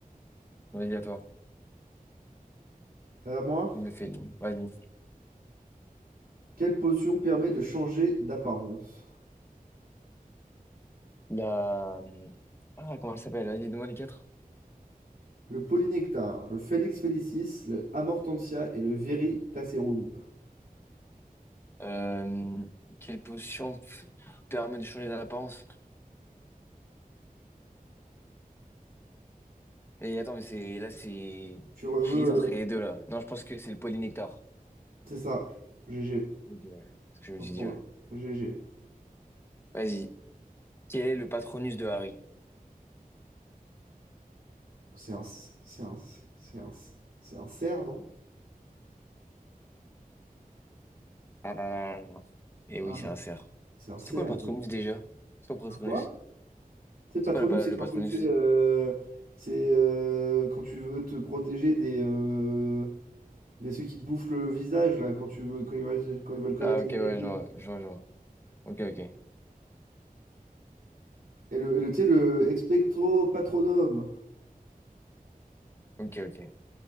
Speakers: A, on the left; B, on the right.
A: Vas-y, à toi.
B: Euh, à moi.
A: Il me fait, le- vas-y.
B: Quelle potion permet de changer d'apparence?
A: La... Ah, comment elle s'appelle? Vas-y, donne-moi les quatre.
B: le polynectar, le Felix felicis, le amortensia et le veritaserum.
A: Euh, quelle potion p- permet de changer d'apparence? Et attends, mais c'est là, c'est.
B: Tu reveux,
A: J'hésite entre les
B: euh,
A: deux là. Non, je pense que c'est le polynectar.
B: c'est ça. GG.
A: Donc, euh, c'est ce que je me
B: Franchement,
A: suis dit, ouais.
B: GG.
A: Vas-y. Quel est le patronus de Harry?
B: C'est un, c'est un, c'est un, c'est un cerf, non?
A: Ah là là là là. Et
B: Ah,
A: oui, c'est
B: mais
A: un cerf.
B: C'est un
A: C'était
B: cerf.
A: quoi le patronus
B: mais-
A: déjà? C'est quoi le
B: Un
A: patronus?
B: quoi? C'est patronyme,
A: C'est quoi le, pa-
B: c'est
A: le
B: quand
A: patronus?
B: tu le fais, euh, c'est euh, quand tu veux te protéger des, euh, des ceux qui te bouffent le visage là, quand tu veux, quand ils veulent, quand ils veulent connaître
A: Ah ok,
B: la vérité.
A: ouais, je vois, je vois, je vois. Ok, ok.
B: Et le, et le, tu sais, le expectro patronum.
A: Ok, ok.